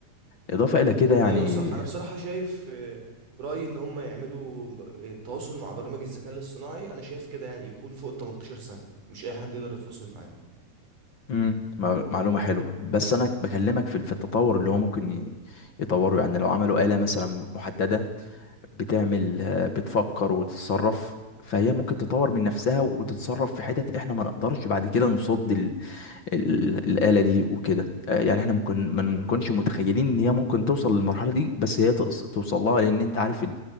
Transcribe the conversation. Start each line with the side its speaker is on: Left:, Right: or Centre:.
Left: اضافه الى كده يعني
Right: ايوه صح انا بصراحه شايف آه، رايي ان هم يعملوا ب- التواصل مع برامج الذكاء الاصطناعي انا شايف كده يعني يكون فوق ال 18 سنه مش اي حد يقدر يتواصل معاه
Left: امم معلومة حلوة بس انا بكلمك في في التطور اللي هو ممكن ي- يطوره يعني لو عملوا آلة مثلا محددة بتعمل آه، بتفكر وتتصرف فهي ممكن تطور من نفسها وتتصرف في حتت احنا ما نقدرش بعد كده نصد ال... ال... الآلة دي وكده آه، يعني احنا ممكن ما نكونش متخيلين ان هي ممكن توصل للمرحلة دي بس هي تقص... توصل لها لان انت عارف ال-